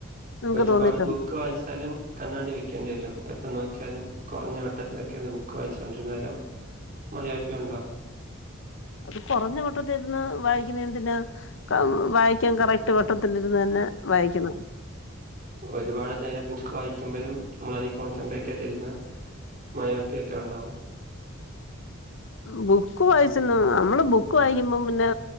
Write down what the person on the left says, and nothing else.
നിങ്ങക്ക്
തോന്നിയിട്ടുണ്ടോ
അത് കൊറഞ്ഞ വേട്ടതിരുന്ന് വായിക്കുന്നെ എന്തിന? ക വായിക്കാൻ കറക്ട് വട്ടത്തിരുന്ന് ന്നെ വായിക്കണം.
ബുക്ക് വായിച്ചെന്ന് നമ്മള് ബുക്ക് വായിക്കുമ്പോ പിന്നെ